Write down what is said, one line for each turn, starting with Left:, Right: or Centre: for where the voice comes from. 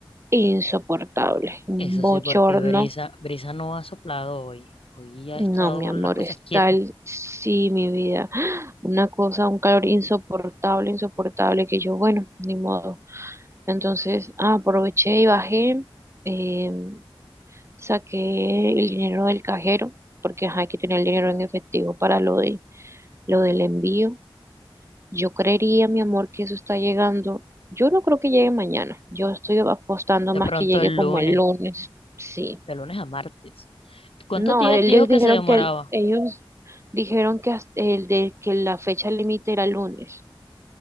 Right: insoportable, un
Left: Eso
Right: bochorno.
Left: sí, porque Brisa, Brisa no ha soplado hoy. Hoy ha
Right: No,
Left: estado
Right: mi amor,
Left: las cosas
Right: es
Left: quietas.
Right: tal, sí, mi vida. <gasps> Una cosa, un calor insoportable, insoportable, que yo, bueno, ni modo. Entonces, ah, aproveché y bajé, eh, saqué el dinero del cajero, porque ajá, hay que tener el dinero en efectivo para lo de, lo del envío. Yo creería, mi amor, que eso está llegando. Yo no creo que llegue mañana. Yo estoy apostando
Left: De
Right: más
Left: pronto
Right: que llegue
Left: el
Right: como
Left: lunes,
Right: el lunes. Sí.
Left: de lunes a martes. ¿Cuántos
Right: No,
Left: días
Right: ellos
Left: dijo que
Right: dijeron
Left: se demoraba?
Right: que el- ellos dijeron que hasta- el de que la fecha límite era lunes.